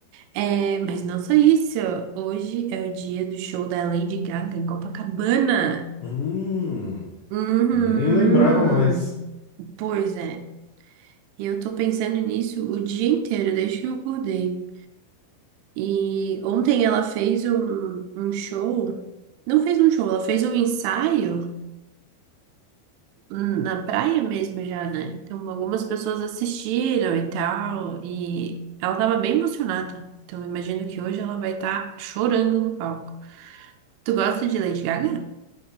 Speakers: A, on the right; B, on the left.
A: É, mas não só isso. Hoje é o dia do show da Lady Gaga em Copacabana.
B: Hum,
A: Uhum.
B: nem lembrava mais.
A: Pois é. E Eu tô pensando nisso o dia inteiro, desde que eu acordei. E ontem ela fez um, um show. Não fez um show, ela fez um ensaio. na praia mesmo já, né? Então algumas pessoas assistiram e tal, e ela tava bem emocionada. Então eu imagino que hoje ela vai estar chorando no palco. Tu gosta de Lady Gaga?